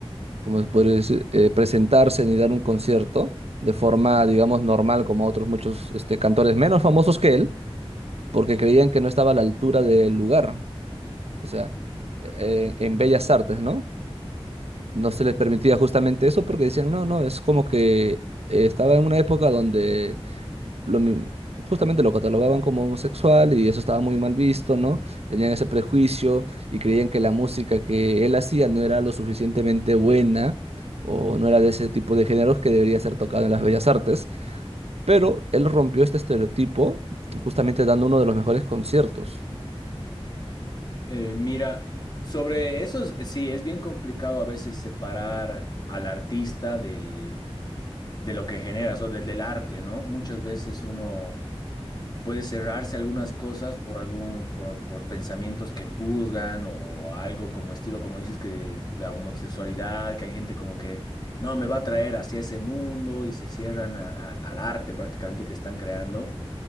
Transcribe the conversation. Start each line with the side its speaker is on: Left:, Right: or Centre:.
Right: como se podría decir, eh, presentarse ni dar un concierto de forma, digamos, normal, como otros muchos este, cantores menos famosos que él, porque creían que no estaba a la altura del lugar. O sea, eh, en Bellas Artes, ¿no? No se les permitía justamente eso porque decían, no, no, es como que eh, estaba en una época donde lo mi- justamente lo catalogaban como homosexual y eso estaba muy mal visto, ¿no? Tenían ese prejuicio y creían que la música que él hacía no era lo suficientemente buena o no era de ese tipo de géneros que debería ser tocado en las bellas artes, pero él rompió este estereotipo justamente dando uno de los mejores conciertos.
Left: Eh, mira, y sobre eso, es- sí, es bien complicado a veces separar al artista del de lo que generas o del, del arte, ¿no? Muchas veces uno puede cerrarse algunas cosas por algún, por, por pensamientos que juzgan o algo como estilo, como dices, que la homosexualidad, que hay gente como que no me va a traer hacia ese mundo y se cierran a- a- al arte prácticamente que están creando.